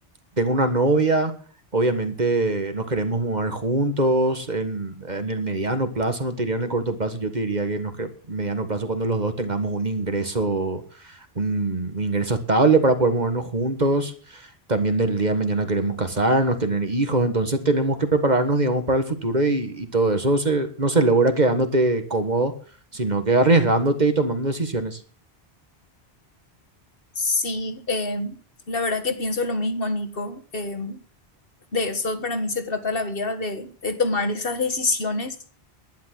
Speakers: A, on the right; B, on the left.
A: tengo una novia, obviamente nos queremos mudar juntos, en, en el mediano plazo, no te diría en el corto plazo, yo te diría que en el mediano plazo cuando los dos tengamos un ingreso, un ingreso estable para poder mudarnos juntos. También del día de mañana queremos casarnos, tener hijos, entonces tenemos que prepararnos, digamos, para el futuro y, y todo eso se, no se logra quedándote cómodo, sino que arriesgándote y tomando decisiones.
B: Sí, eh, la verdad que pienso lo mismo, Nico. Eh, de eso para mí se trata la vida, de, de tomar esas decisiones